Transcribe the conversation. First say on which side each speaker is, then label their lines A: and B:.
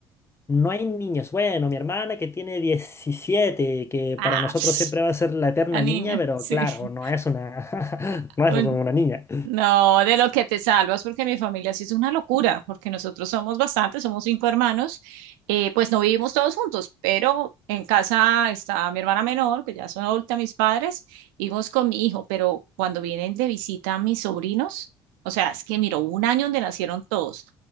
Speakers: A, on the left (about 20°); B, on the right (about 70°).
A: no hay niños. Bueno, mi hermana que tiene 17 que
B: Ah,
A: para nosotros
B: pss,
A: siempre va a ser la eterna
B: la niña,
A: niña, pero
B: sí.
A: claro,
B: <laughs>
A: no es una, <laughs> no
B: Bueno,
A: es una niña.
B: No, de lo que te salvas, porque mi familia sí es una locura, porque nosotros somos bastantes, somos cinco hermanos, eh, pues no vivimos todos juntos, pero en casa está mi hermana menor, que ya son adulta mis padres, vivimos con mi hijo, pero cuando vienen de visita mis sobrinos, o sea, es que miro, hubo un año donde nacieron todos.